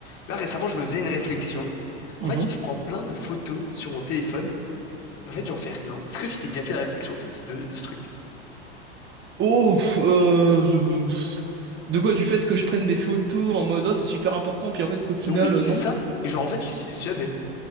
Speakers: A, on the left; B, on the right.
A: Là, récemment, je me faisais une réflexion.
B: Mhm.
A: En fait, je prends plein de photos sur mon téléphone. En fait, j'en fais rien. Est-ce que tu t'es déjà fait la réflexion, toi aussi, de, de ce truc?
B: Oh, pff, euh, je- de quoi? Du fait que je prenne des photos en mode, Ah, c'est super important, puis en fait qu'au final,
A: Oui,
B: euh,
A: c'est
B: non.
A: ça. Et genre, en fait, tu l'utilises jamais.